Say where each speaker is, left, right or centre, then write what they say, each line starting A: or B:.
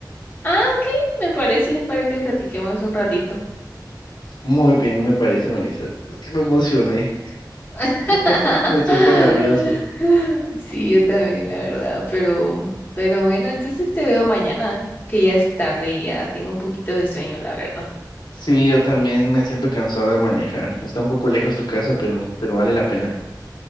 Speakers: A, on the left; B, on the left.
A: Ah, ok, me parece para que platiquemos un ratito.
B: Muy bien, me parece, Melissa. Sí, Me emocioné.
A: <laughs>
B: <laughs> Me siento nervioso.
A: Sí, yo también, la verdad, pero, pero bueno, entonces te veo mañana, que ya es tarde y ya tengo un poquito de sueño, la verdad.
B: Sí, yo también me siento cansado de manejar. Está un poco lejos tu casa, pero, pero vale la pena.